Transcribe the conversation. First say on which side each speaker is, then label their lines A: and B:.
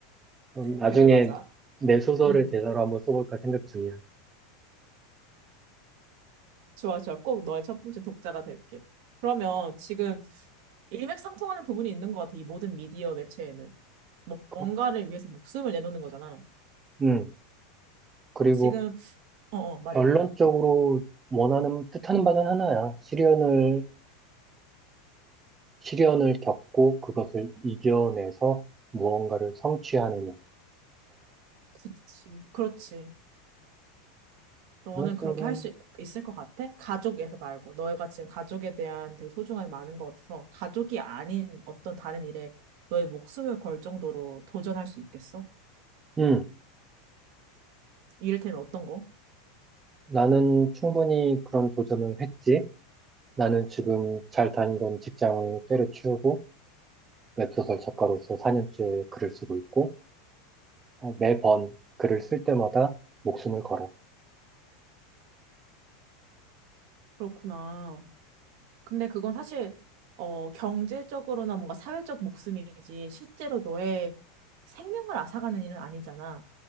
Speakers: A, on the right; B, on the right.
A: 음, 나중에
B: 그래, 맞아.
A: 내 소설을
B: 음.
A: 대사로 한번 써볼까 생각 중이야.
B: 좋아, 좋아. 꼭 너의 첫 번째 독자가 될게. 그러면 지금 일맥상통하는 부분이 있는 것 같아. 이 모든 미디어 매체에는. 뭐-
A: 그-
B: 뭔가를 위해서 목숨을 내놓는 거잖아.
A: 음, 그리고
B: 지금, 어, 어, 말해봐.
A: 결론적으로 원하는, 뜻하는 바는 하나야. 시련을, 시련을 겪고 그것을 이겨내서 무언가를 성취하느냐잖아.
B: 그렇지. 그렇지. 너는
A: 결론적으로는,
B: 그렇게 할 수 있을 것 같아? 가족에서 말고. 너희가 지금 가족에 대한 되게 소중함이 많은 것 같아서 가족이 아닌 어떤 다른 일에 너의 목숨을 걸 정도로 도전할 수 있겠어?
A: 음,
B: 이를테면 어떤 거?
A: 나는 충분히 그런 도전을 했지. 나는 지금 잘 다니던 직장을 때려치우고 웹소설 작가로서 4년째 글을 쓰고 있고, 어, 매번 글을 쓸 때마다 목숨을 걸어.
B: 그렇구나. 근데 그건 사실 어 경제적으로나 뭔가 사회적 목숨이지 실제로 너의 생명을 앗아가는 일은 아니잖아.